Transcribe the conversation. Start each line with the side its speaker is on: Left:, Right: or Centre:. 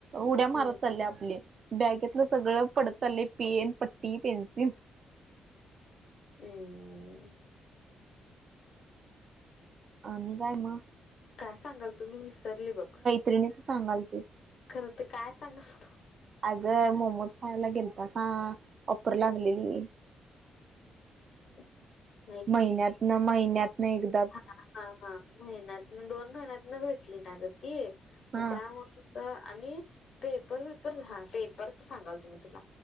Right: उड्या
Left: हम्म
Right: मारत चालल्या आपली, बॅगेतलं सगळं पडत चाललंय पेन, पट्टी, पेन्सिल
Left: उम अ
Right: आणि काय म?
Left: काय सांगाल तुम्ही, विसरली बघ
Right: त्रिणीच सांगालतिस
Left: खरं तर काय सांगल तू
Right: अगं मोमोज खायला गेलता, सागं ओपर लागलेली.
Left: अं, हं
Right: महिन्यातनं, महिन्यात नं एकद
Left: हा, हा, हा महिन्यातनं, दोन महिन्यातनं भेटली ना ग ती
Right: हा.
Left: म त्यामुळं च आणि पेपर, बिपर हा पेपरच सांगाल तुम्ही तुला